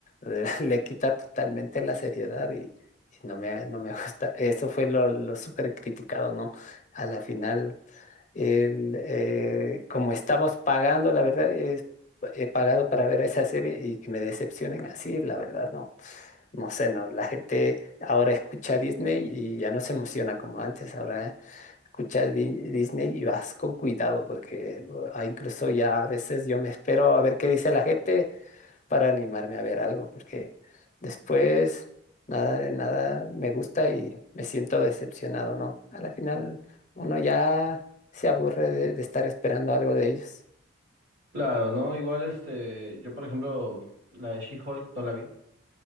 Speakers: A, on the left (about 40°); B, on the right (about 70°).
A: eh, <laughs> le quita totalmente la seriedad y, y no me, no me <laughs> gusta. Eso fue lo, lo súper criticado, ¿no? A la final el, eh, como estamos pagando, la verdad, es, he pagado para ver esa serie y que me decepcionen así, la verdad, no. No sé, no. La gente ahora escucha Disney y ya no se emociona como antes. Ahora escuchas Di- Disney y vas con cuidado porque uh, ah, incluso ya a veces yo me espero a ver qué dice la gente para animarme a ver algo, porque después nada de nada me gusta y me siento decepcionado, ¿no? A la final uno ya se aburre de, de estar esperando algo de ellos.
B: Claro, ¿no? Igual este, yo por ejemplo, la de She-Hulk no la vi,